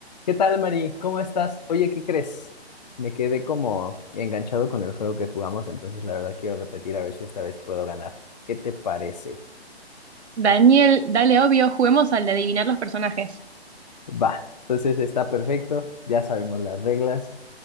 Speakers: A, on the left; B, on the right.
A: ¿Qué tal, Mari? ¿Cómo estás? Oye, ¿qué crees? Me quedé como enganchado con el juego que jugamos, entonces la verdad quiero repetir a ver si esta vez puedo ganar. ¿Qué te parece?
B: Daniel, dale, obvio, juguemos al de adivinar los personajes.
A: Va, entonces está perfecto, ya sabemos las reglas,